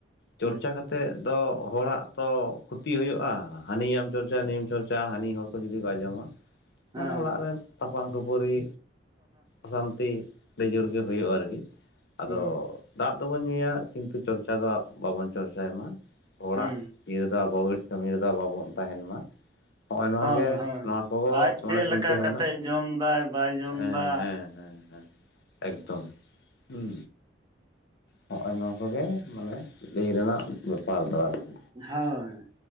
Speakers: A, on the left; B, on the right.
A: ᱪᱚᱨᱪᱟ
B: ᱦᱩᱸ
A: ᱠᱟᱛᱮ ᱛᱮᱫ ᱫᱚ ᱦᱚᱲᱟᱜ ᱛᱚ ᱠᱷᱚᱛᱤ ᱦᱩᱭᱩᱜ-ᱟ ᱦᱟᱹᱱᱤᱭᱟᱜ ᱮᱢ ᱪᱚᱨᱪᱟ ᱱᱩᱭᱟᱢ ᱪᱚᱨᱪᱟᱭᱟ ᱦᱟᱹᱱᱤ ᱦᱚᱲ ᱠᱚ ᱡᱩᱫᱤ ᱠᱚ ᱟᱸᱡᱚᱢᱟ
B: ᱦᱮᱸ
A: ᱢᱟᱱᱮ ᱚᱲᱟᱜ ᱨᱮ ᱛᱟᱯᱟᱝ ᱠᱷᱟᱹᱯᱟᱹᱨᱤ ᱚᱥᱟᱱᱛᱤ ᱟᱹᱰᱤ ᱡᱳᱨ ᱜᱮ ᱦᱩᱭᱩᱜ-ᱟ ᱟᱨᱠᱤ ᱟᱫᱚ
B: ᱦᱩᱸ
A: ᱫᱟᱜ ᱫᱚᱵᱚᱱ ᱧᱩᱭᱟ ᱠᱤᱱᱛᱩ ᱪᱚᱨᱪᱟ ᱫᱚ ᱵᱟᱵᱚᱱ ᱪᱚᱨᱪᱟᱭ ᱢᱟ᱾ ᱦᱚᱲᱟᱜ
B: ᱦᱩᱸ
A: ᱤᱭᱟᱹ ᱨᱮᱫᱚ <unintelligible> ᱠᱟᱹᱢᱤ ᱨᱮᱫᱚ ᱵᱟᱵᱚᱱ ᱛᱟᱦᱮᱱ ᱢᱟ᱾ ᱦᱚᱜ-ᱚᱭ ᱱᱚᱣᱟ
B: ᱦᱳᱭ
A: ᱜᱮ
B: ᱦᱳᱭ
A: ᱱᱚᱣᱟ ᱠᱚᱫᱚ
B: ᱟᱡ
A: ᱢᱟᱱᱮ
B: ᱪᱮᱫ
A: ᱪᱤᱱᱛᱟᱹ
B: ᱞᱮᱠᱟ
A: ᱵᱷᱟᱵᱽᱱᱟ
B: ᱠᱟᱛᱮᱜ ᱡᱚᱢ ᱫᱟᱭ ᱵᱟᱭ ᱡᱚᱢ
A: ᱦᱮᱸ
B: ᱫᱟ
A: ᱦᱮᱸ ᱦᱮᱸ᱾ ᱮᱠᱫᱚᱢ ᱦᱩᱸ᱾ ᱦᱚᱸᱜ-ᱚᱭ ᱱᱚᱣᱟ ᱠᱚᱜᱮ ᱢᱟᱱᱮ ᱞᱟᱹᱭ ᱨᱮᱱᱟᱜ ᱵᱮᱯᱟᱨ ᱫᱚ ᱟᱨᱠᱤ᱾
B: ᱦᱳᱭ᱾